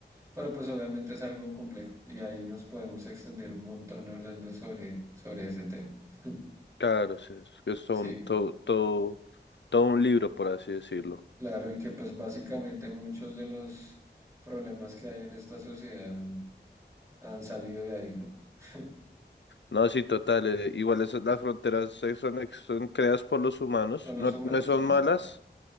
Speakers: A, on the right; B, on the left.
A: Pero pues obviamente es algo complejo y ahí nos podemos extender un montón hablando sobre, sobre ese tema. <laughs>
B: Claro, sí, es que es todo
A: Sí.
B: un, todo, todo, todo un libro, por así decirlo.
A: Claro, y que pues básicamente muchos de los problemas que hay en esta sociedad han, han salido de ahí, ¿no? <laughs>
B: No, sí, total, eh, igual esas, las fronteras eh, son, ex- son creadas por los humanos,
A: O los
B: no,
A: humanos,
B: no son
A: sí.
B: malas